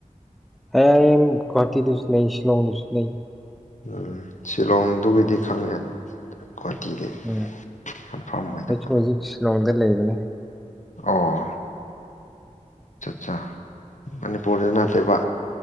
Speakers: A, in the centre; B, on the left.
A: ꯍꯦ ꯒꯨꯍꯥꯇꯤꯗꯨꯁꯨ ꯅ ꯁꯤꯂꯣꯡꯗꯨꯁꯨ ꯅ
B: ꯎꯝ ꯁꯤꯂꯣꯡꯗꯨꯒꯤꯗꯤ ꯈꯪꯉꯦ ꯒꯨꯍꯥꯇꯤꯗꯤ
A: ꯎꯝ
B: ꯀꯟꯐꯥꯔꯝ ꯑꯣꯏꯗꯕ
A: ꯑꯩꯁꯨ ꯍꯧꯖꯤꯛ ꯁꯤꯂꯣꯡꯗ ꯂꯩꯕꯅꯦ
B: ꯑꯣ ꯑ ꯑꯆꯥ ꯑꯅꯤ ꯄꯔꯗꯅꯠꯇꯦꯕ